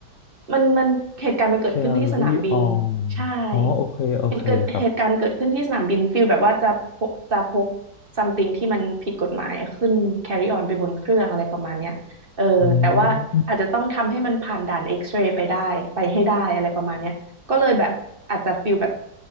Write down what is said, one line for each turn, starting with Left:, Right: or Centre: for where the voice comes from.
Right: มันมันเหตุการณ์มันเกิดขึ้นที่สนามบิน
Left: carry on
Right: ใช่
Left: อ๋อโอเคโอเคครับ
Right: เหตุเกิดเหตุการณ์เกิดขึ้นที่สนามบินฟิลแบบว่าจะพกจะพกซัมติงที่มันผิดกฎหมายอะขึ้น carry on ไปบนเครื่องอะไรประมาณเนี้ยเออแต่ว่าอาจจะต้องทำให้มันผ่านด่านเอ็กซเรย์ไปได้ไปให้ได้อะไรประมาณเนี้ยก็เลยแบบอาจจะฟิลแบบ
Left: อืม